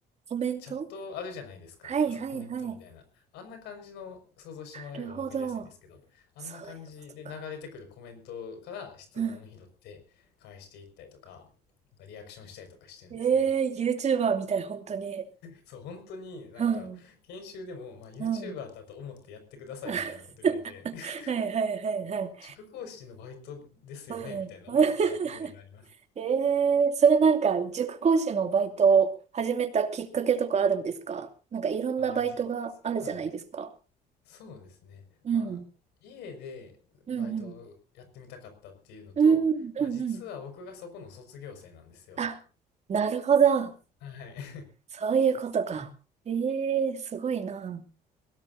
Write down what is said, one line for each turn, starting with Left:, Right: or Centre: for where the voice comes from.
Right: コメント
Left: チャットあるじゃないですか。
Right: はいはいはい。
Left: あ、そう、コメントみたいな。
Right: な
Left: あんな感じの想像してもらえればわかりやすいんですけど、
Right: るほど。
Left: あんな感じで流れてくるコメントから質問を拾って返していったりとか、
Right: そういうことか。うん。
Left: リアクションしたりとかしてるんですね。
Right: ええー、YouTuber みたい、本当に。
Left: そう、本当になんか、
Right: うん。
Left: 研修でも、まあ、YouTuber
Right: うん。
Left: だと思ってやってくださいみたいなこと言われて、
Right: <laughs> は
Left: <laughs>
Right: いはいはいはい。
Left: 塾講師のバイトですよねみたいな思った思いがあります。
Right: うん。<laughs> ええー、それなんか、塾講師のバイトを始めたきっかけとかあるんですかなんかいろんなバイトがあるじゃないですか。
Left: ああ、じ、はい。そうですね。
Right: うん。
Left: まあ、家でバイトをやってみたかったっていうのと、
Right: うんうん。うんうんうん。
Left: まあ実は僕がそこの卒業生なんですよ。
Right: あ、なるほど。
Left: はい。<laughs>
Right: そういうことか。ええ、すごいな。